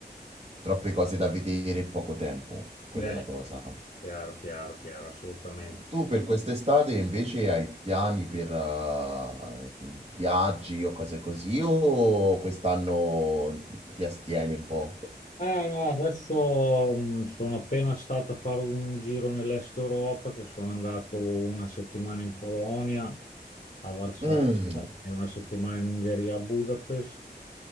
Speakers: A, on the right (about 40°); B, on the left (about 45°).
A: troppe cose da vedere e poco tempo, quella
B: Eh,
A: è la cosa.
B: chiaro, chiaro, chiaro, assolutamente.
A: Tu per quest'estate invece hai piani per eh, viaggi o cose così o quest'anno ti astieni un po'?
B: Eh, no, adesso mh, sono appena stato a fare un giro nell'est Europa, che sono andato una settimana in Polonia, a Varsavia,
A: Mm,
B: e una settimana in Ungheria, a Budapest.